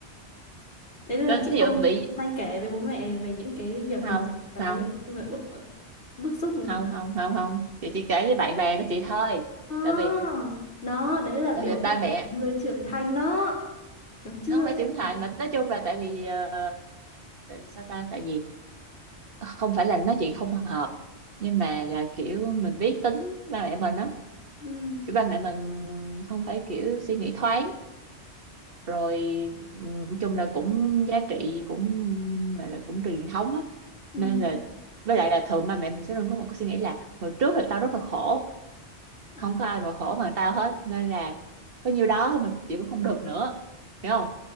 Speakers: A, on the left; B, on the right.
A: thế là
B: Tớ-
A: chị
B: thí
A: không
B: dụ bị
A: không hay kể với bố mẹ về những cái việc
B: không
A: mà chị cảm
B: không
A: thấy bức bức xúc
B: không
A: à?
B: không không không chị chỉ kể với bạn bè của chị thôi
A: Đó,
B: tại vì
A: đó đấy là biểu
B: tại vì
A: hiện
B: ba mẹ
A: của người trưởng thành đó hiểu chưa
B: không phải trưởng
A: tại vì
B: thành mà nói chung là tại vì ờ, sao ta tại vì không phải là nói chuyện không hợp nhưng mà là kiểu mình biết tính ba mẹ mình đó
A: ừ
B: kiểu ba mẹ mình không phải kiểu suy nghĩ thoáng rồi ừm, chung là cũng giá trị cũng gọi là cũng truyền thống á
A: ừ
B: nên là với lại là thường ba mẹ mình sẽ luôn có một cái suy nghĩ là hồi trước là tao rất là khổ
A: à
B: không có ai mà khổ bằng tao hết nên là có nhiêu đó thôi mà chị cũng không được nữa hiểu không